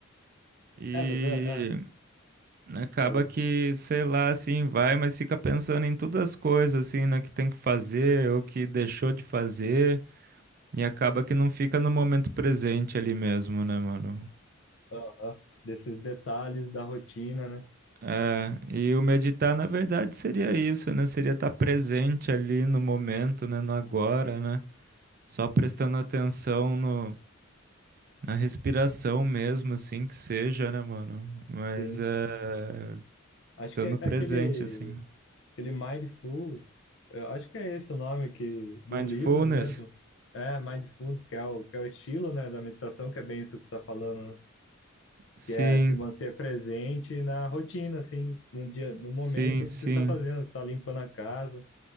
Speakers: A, on the right (about 45°); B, on the left (about 60°).
A: e
B: É, mas é, é,
A: acaba
B: falei.
A: que, sei lá, assim, vai, mas fica pensando em todas as coisas, assim, né, que tem que fazer ou que deixou de fazer e acaba que não fica no momento presente ali mesmo, né, mano?
B: Aham. Desses detalhes da rotina, né?
A: É, e o meditar, na verdade, seria isso, né? Seria estar presente ali no momento, né, no agora, né? Só prestando atenção no Na respiração mesmo, assim, que seja, né, mano? Mas
B: Sim.
A: é.
B: Acho
A: Estando
B: que é
A: presente,
B: aquele,
A: assim. né?
B: aquele Mindful, eu acho que é esse o nome que, do
A: Mindfulness?
B: livro mesmo. É, Mindfulness, que é o, que é o estilo, né, da meditação, que é bem isso que você está falando, né?
A: Sim,
B: Que é se manter presente na rotina, assim, no dia, no momento
A: sim, sim.
B: que você está fazendo. Você está limpando a casa,